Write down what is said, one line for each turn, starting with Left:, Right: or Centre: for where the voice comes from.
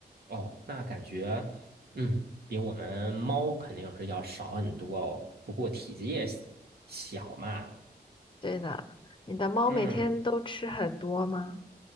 Right: 哦，那感觉嗯比我们猫肯定是要少很多哦，不过体积也小嘛，
Left: 对的，你的猫每天都吃很多吗？
Right: 嗯。